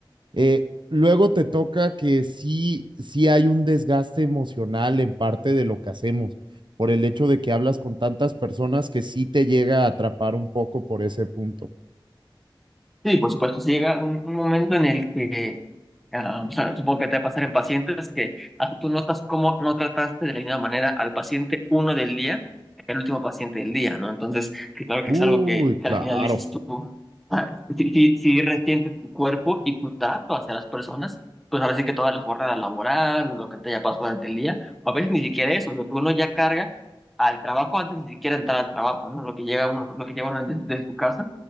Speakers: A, on the right (about 65°); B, in the centre.
A: eh, luego te toca que sí, sí hay un desgaste emocional en parte de lo que hacemos, por el hecho de que hablas con tantas personas que sí te llega a atrapar un poco por ese punto.
B: Sí, por supuesto, si llega un, un momento en el que, ah, o sea, supongo que te va a pasar en pacientes que hasta tú notas cómo no trataste de la misma manera al paciente uno del día, el último paciente del día, ¿no? Entonces, que claro que
A: Uy,
B: es algo que, que
A: claro.
B: al final dices tú, ah, si, si, si resiente tu cuerpo y tu trato hacia las personas, pues ahora sí que toda la jornada laboral, lo que te haya pasado durante el día, o a veces ni siquiera eso, lo que uno ya carga al trabajo antes de siquiera entrar al trabajo, ¿no? Lo que llega uno, lo que lleva uno desde de de su casa